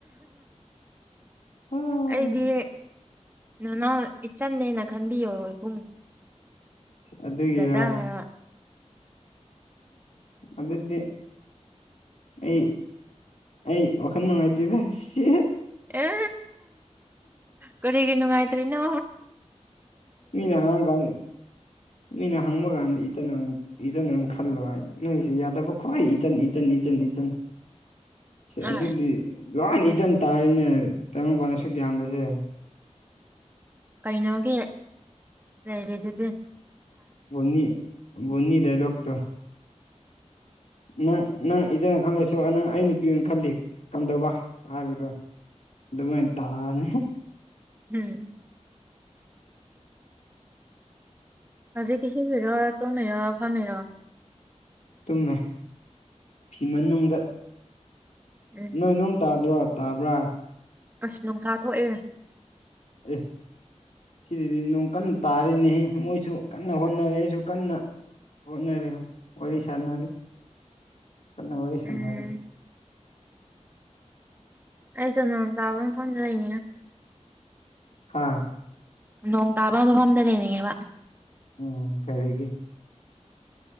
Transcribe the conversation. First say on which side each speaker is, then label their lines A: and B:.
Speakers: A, on the left; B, on the right.
A: ꯎꯝ
B: ꯑꯩꯗꯤ ꯅ ꯅꯎ ꯏꯆꯟꯅꯦꯅ ꯈꯟꯕꯤꯌꯣ ꯏꯕꯨꯡ
A: ꯑꯗꯨꯒꯤꯔ
B: ꯗꯗꯥ ꯍꯥꯏꯕ
A: ꯎꯗꯗꯦ ꯑꯩ ꯑꯩ ꯑꯣꯈꯥꯟ ꯅꯨꯡꯉꯥꯏꯇꯗ ꯁꯤ
B: ꯑꯦ ꯀꯔꯤꯒꯤ ꯅꯨꯡꯉꯥꯏꯇꯔꯤꯅꯣ
A: ꯃꯤꯅ ꯍꯥꯡꯒꯥꯟ ꯃꯤꯅ ꯍꯪꯃꯒ ꯏꯇꯅ ꯏꯆꯟ ꯈꯜꯂꯣ ꯍꯥꯏ ꯅ ꯌꯥꯗꯕ ꯈꯣ ꯏꯆꯟ ꯏꯆꯟ ꯏꯆꯟ ꯏꯆ ꯑꯗꯨꯗꯤ
B: ꯑ
A: ꯂꯣꯏ ꯏꯆꯟ ꯇꯥꯔꯤꯅꯦ ꯇꯥꯏꯪꯄꯥ ꯁꯨꯛ ꯌꯥꯝꯕꯁꯦ
B: ꯀꯩꯅꯣꯒꯤ ꯂꯩꯔꯦ ꯑꯗꯨꯗꯤ
A: ꯅꯤ ꯅꯤ ꯗ ꯂꯇꯣ ꯅꯪ ꯅꯪ ꯏꯆꯅ ꯈꯜꯂꯁꯨ ꯅꯪ ꯑꯩ ꯅꯨꯄꯤ ꯑꯣꯏꯅ ꯈꯜꯂꯤ ꯀꯝꯗꯧꯕ ꯍꯥꯏꯕꯗꯣ ꯑꯗꯨꯃ ꯇꯅꯦ
B: ꯎꯝ ꯍꯧꯖꯤꯦ ꯀꯁꯤ ꯐꯔꯣ ꯇꯣ ꯃꯦꯔꯣꯐ ꯃꯦꯔꯣ
A: ꯇꯨꯝꯃꯦ ꯐꯤ ꯃꯅꯨꯡꯗ
B: ꯎꯝ
A: ꯅꯣꯏ ꯅꯅꯨꯡ ꯇꯥꯗ꯭ꯔꯣ ꯇꯥꯕ꯭ꯔ
B: ꯑꯁ ꯅꯨꯡꯁꯥ ꯊꯣꯛꯑꯦ
A: ꯑꯦ ꯁꯤꯗꯗꯤ ꯅꯣꯡ ꯀꯟꯅ ꯇꯥꯔꯤꯅꯤ ꯃꯣꯏꯁꯨ ꯀꯟꯅ ꯍꯣꯠꯅꯔꯤ ꯑꯩꯁꯨ ꯀꯟꯅ ꯍꯅꯔꯦ ꯋꯥꯔꯤꯔꯁꯥꯟꯅꯔꯦ ꯀꯅꯥ ꯋꯥꯔꯤꯔ ꯁꯅꯦ
B: ꯎꯝ ꯑꯩ ꯁꯅ ꯇꯕ ꯐꯣꯟꯅ ꯂꯩꯅꯤ
A: ꯍꯥꯥ
B: ꯅꯣꯡ ꯇꯥꯕ ꯃꯐꯝꯗ ꯂꯩꯅꯤꯡꯉꯦꯕ
A: ꯎꯝ ꯀꯔꯤꯒꯤ